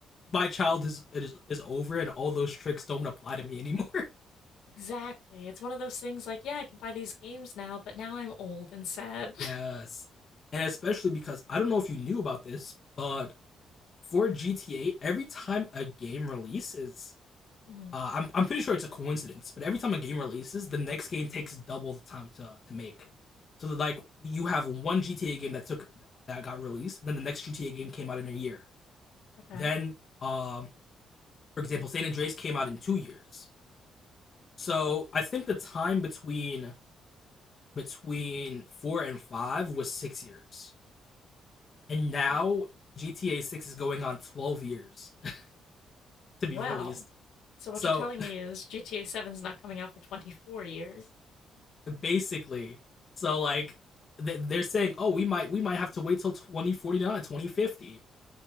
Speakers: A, on the left; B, on the left.
A: my child is, is is over and all those tricks don't apply to me anymore.
B: exactly. It's one of those things like, yeah, I can buy these games now, but now I'm old and sad.
A: <laughs>
B: <laughs>
A: yes, and especially because I don't know if you knew about this, but for GTA, every time a game releases,
B: Mhm.
A: uh, I'm I'm pretty sure it's a coincidence, but every time a game releases, the next game takes double the time to to make. So that like you have one GTA game that took that got released, and then the next GTA game came out in a year.
B: Okay.
A: Then, um, uh, for example, San Andreas came out in two years So I think the time between between four and five was six years, and now
B: W-
A: GTA Six is going on twelve years <laughs> to
B: Well,
A: be released.
B: so what
A: So
B: you're telling me is GTA Seven's not coming out for 24 years,
A: <laughs> basically, so like they're saying, oh, we might we might have to wait till 2049, twenty fifty,